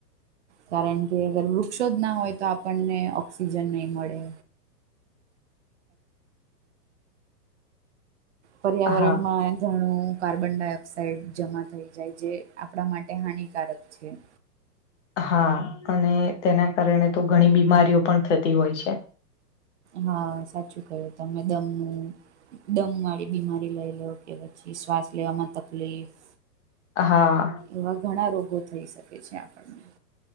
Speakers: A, on the right; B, on the left.
A: કારણ કે અગર વૃક્ષો જ ના હોય તો આપણને ઓક્સિજન નહીં મળે. પર્યાવરણ
B: હા
A: માં ઘણું કાર્બનડાયોક્સાઇડ જમા થઈ જાય જે આપણા માટે હાનિકારક છે.
B: હા અને તેના કારણે તો ઘણી બીમારીઓ પણ થતી હોય છે.
A: હા સાચું કહ્યુ તમે દમું દમ વાળી બીમારી લઈ લ કે પછી શ્વાસ લેવામાં તકલીફ.
B: હા.
A: એવા ઘણા રોગો થઈ શકે છે આપણને.